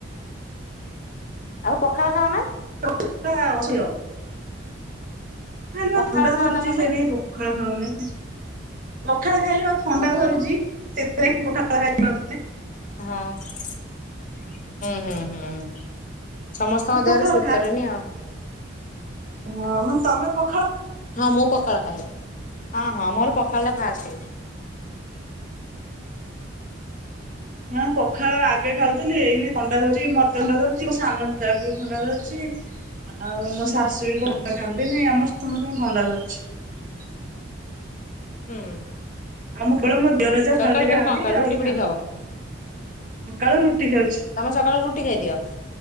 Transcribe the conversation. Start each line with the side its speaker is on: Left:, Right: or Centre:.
Left: ଆଉ ପଖାଳ ଖାାଉନା ।
Right: <unintelligible> ଖାଇ ବା
Left: ପଖାଳ
Right: ଥଣ୍ଡା
Left: ଖାଅ
Right: ଧଥରୁଛି
Left: ନା ତମେ?
Right: ସେ ନାଗି ପଖାଳା ଖାଉନି । ପଖାଳ ଖାଇଲେ ବା ଥଣ୍ଡା
Left: ଓହୋ
Right: ଧରୁଚି। ସେଇଥିପାଇଁ ପଖାଳ ଖାଇ ପାରୁନି।
Left: ଓଃ! ହୁଁ, ହୁଁ, ହୁଁ, ସମସ୍ତଙ୍କ
Right: ତମେ
Left: ଦେହରେ
Right: ପଖାଳ
Left: ସୁଟ୍
Right: ଖା
Left: କରେନି ଆଉ।
Right: ହଁ ମାନେ ତୋମେ ପ
Left: ହଁ ମୁଁ ପଖାଳ ଖାଏ। ହଁ ହଁ ମୋର ପଖାଳ ଟା ଫାଷ୍ଟ।
Right: ନା ପଖାଳ ଆଗେ ଖାଉଥିଲି। ଏଇନି ଥଣ୍ଡା ଧରୁଚି। ମୋତେ ଥଣ୍ଡା ଧରୁଚି। ମୋ ସାନ ଯାକୁ ବି ଥଣ୍ଡା ଧରୁ ଚି, ଆଉ ମୋ ଶାଶୁ ବି ପଖାଳ ଖାଆନ୍ତିନି। ଆମର ସମସ୍ତଙ୍କୁ ଥଣ୍ଡା ଧରିଛି। <unintelligible>
Left: ହୁଁ।
Right: ଆଉ ମ କେବଳ ମୋ ଦେରଜ <unintelligible>
Left: ସକାଳୁ
Right: ଦିଟା
Left: ଫେରେ
Right: ଖାଆନ୍ତି
Left: କଣ ଖାଅ
Right: ଆଉ
Left: ରୁଟି
Right: କେଇ
Left: ଫୁଟି
Right: ଖାଆନ୍ତିନି
Left: ଖାଅ
Right: ପଖାଳ। ସକାଳୁ ରୁଟି ଖାଉଛି।
Left: ତମେ ସକାଳୁ ରୁଟି ଖାଇଦିଅ